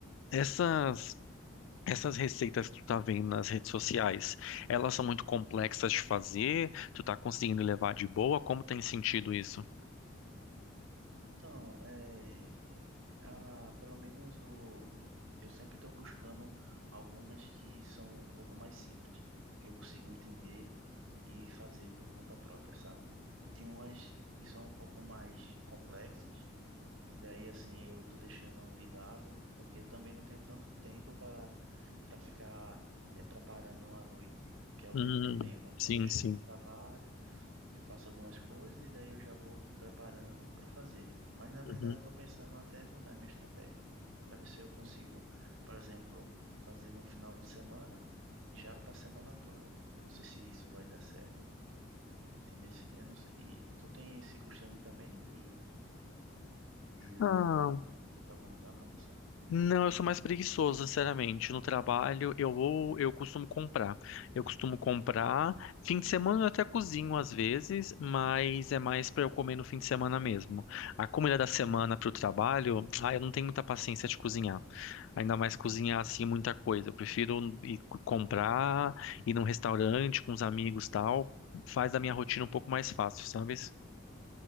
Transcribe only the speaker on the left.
Essas essas receitas que tu tá vendo nas redes sociais, elas são muito complexas de fazer? Tu tá conseguindo levar de boa? Como tem sentido isso?
Hum,
sim,
sim.
Uhum.
Ah,
não, eu sou mais preguiçoso, sinceramente. No trabalho, eu ou eu costumo comprar. Eu costumo comprar. Fim de semana eu até cozinho às vezes, mas é mais para eu comer no fim de semana mesmo. A comida da semana para o trabalho, ah, eu não tenho muita paciência de cozinhar. Ainda mais cozinhar assim muita coisa. Eu prefiro ir co- comprar, ir num restaurante com os amigos, e tal. Faz da minha rotina um pouco mais fácil, sabe?